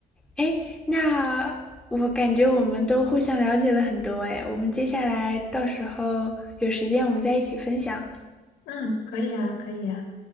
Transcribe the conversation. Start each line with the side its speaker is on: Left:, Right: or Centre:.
Centre: 哎，那我感觉我们都互相了解了很多，哎，我们接下来到时候有时间我们再一起分享。
Left: 嗯，可以啊，可以啊。